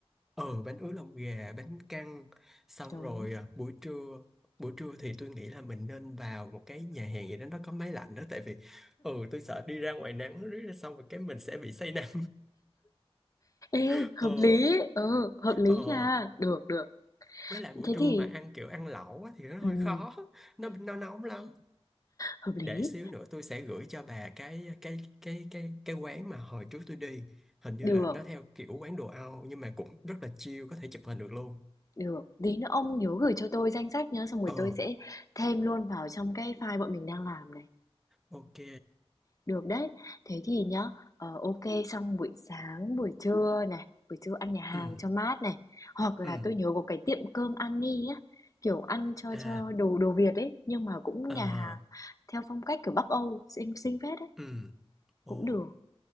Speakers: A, in the centre; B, on the left.
A: ừ bánh ướt lòng gà bánh căn xong
B: Đúng.
A: rồi uh, buổi trưa buổi trưa thì tôi nghĩ là mình nên vào một cái nhà hàng gì đó nó có máy lạnh đó tại vì ừ tôi sợ đi ra ngoài nắng riết xong rồi cái mình sẽ bị say nắng
B: Ê,
A: <laughs>
B: hợp
A: ờ
B: lý. Ừ, hợp lý
A: ờ
B: nha. Được, được.
A: với lại buổi
B: Thế
A: trưa
B: thì
A: mà ăn kiểu ăn lẩu á, thì nó hơi
B: ừm,
A: khó nó nó nóng lắm
B: hợp lý.
A: để xíu nữa tôi sẽ gửi cho bà cái cái cái cái cái quán mà hồi trước tôi đi hình như
B: Được,
A: là nó theo kiểu quán đồ Âu nhưng mà cũng rất là chill có thể chụp hình được luôn
B: được. Tí nữa ông nhớ gửi cho tôi danh sách nhá, xong rồi
A: ờ
B: tôi sẽ thêm luôn vào trong cái file bọn mình đang làm này.
A: ok
B: Được đấy. Thế thì nhá, ờ, ô xong buổi sáng, buổi trưa này, buổi trưa ăn nhà hàng
A: ừ
B: cho mát này, hoặc là
A: ừ
B: tôi nhớ có cái tiệm cơm Annie á, kiểu, ăn cho
A: à
B: cho đồ đồ Việt ấy, nhưng mà cũng
A: ờ
B: nhà hàng theo phong cách, kiểu, Bắc Âu, xinh xinh phết đấy,
A: ừ ồ
B: cũng được.